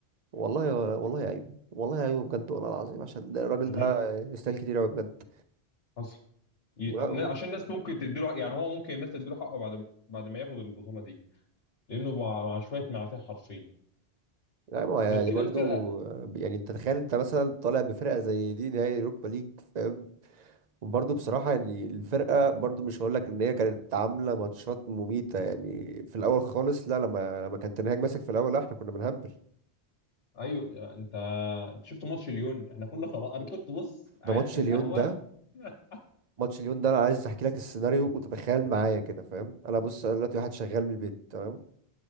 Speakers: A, on the right (about 45°); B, on the left (about 65°).
A: والله والله ايوه والله ايوه بجد والله العظيم عشان ده الراجل
B: غير
A: ده يستاهل كتير قوي بجد
B: اصلا ي-
A: ولا
B: إن-
A: و...
B: عشان الناس ممكن تديله يعني هو ممكن الناس تديله حقه بعد ما- بعد ما ياخد البطوله دي لانه مع مع شويه معاتيه حرفيا
A: لا ما هو يعني
B: غير كده
A: برضو
B: الفرقه
A: آه، يعني انت تخيل انت مثلا طالع بفرقة زي دي نهائي اوروبا ليج فاهم؟ وبرضه بصراحة يعني الفرقة برضه مش هقول لك إن هي كانت عاملة ماتشات مميتة يعني في الأول خالص لا لما لما كان تنهاج ماسك في الأول لا إحنا كنا بنهبل
B: ايوه انت انت شفت ماتش ليون احنا كنا خلاص انا كنت بص قاعد
A: ده ماتش
B: في القهوه
A: ليون ده
B: <laughs>
A: ماتش ليون ده أنا عايز أحكي لك السيناريو وتتخيل معايا كده فاهم أنا بص أنا دلوقتي واحد شغال من البيت تمام